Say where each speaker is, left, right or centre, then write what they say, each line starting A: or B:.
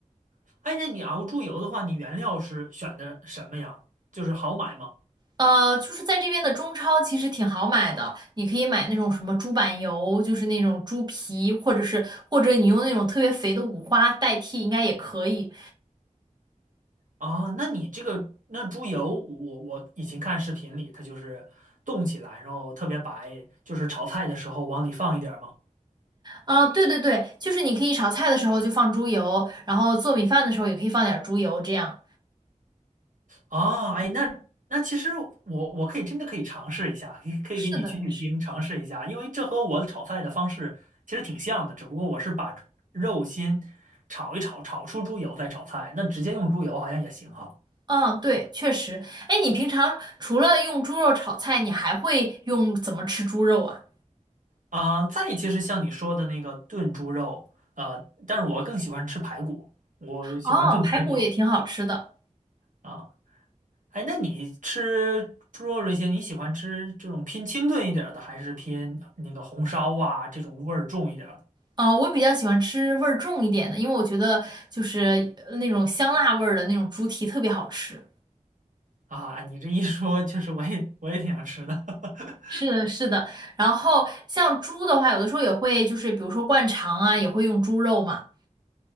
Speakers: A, on the right (about 80°); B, on the right (about 35°).
A: <laughs> 哎，那你熬猪油的话，你原料是选的什么呀？就是好买吗？
B: 呃，就是在这边的中超其实挺好买的，你可以买那种什么猪板油，就是那种猪皮，或者是或者你用那种特别肥的五花代替，应该也可以。
A: 啊，那你这个那猪油，我我以前看视频里，它就是冻起来，然后特别白，就是炒菜的时候往里放一点儿嘛。
B: 啊，对对对，就是你可以炒菜的时候就放猪油，然后做米饭的时候也可以放点儿猪油，这样。
A: 哦，哎，那那其实我我可以真的可以尝试一下，可以可以给你取取经，
B: 是的，是，
A: 尝试一下，因为这和我炒菜的方式其实挺像的，只不过我是把肉先炒一炒，炒出猪油再炒菜，那直接用猪油好像也行哈。
B: 嗯，对，确实。哎，你平常除了用猪肉炒菜，你还会用怎么吃猪肉啊？
A: 啊、再其实像你说的那个炖猪肉，呃，但是我更喜欢吃排骨，我喜欢炖排骨
B: 哦，排骨也挺好吃的。
A: 啊。哎，那你吃猪肉这些，你喜欢吃这种偏清炖一点儿的，还是偏那个红烧啊这种味儿重一点儿的？
B: 啊，我比较喜欢吃味儿重一点的，因为我觉得就是呃那种香辣味儿的那种猪蹄特别好吃。
A: 啊，哎你这一说，确实我也我也挺想吃的。<laughs>
B: 是的，是的。然后像猪的话，有的时候也会就是比如说灌肠啊，也会用猪肉嘛。